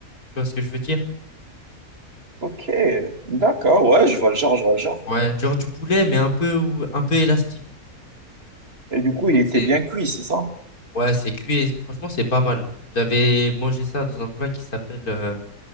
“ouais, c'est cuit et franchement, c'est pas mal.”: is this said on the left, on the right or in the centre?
Left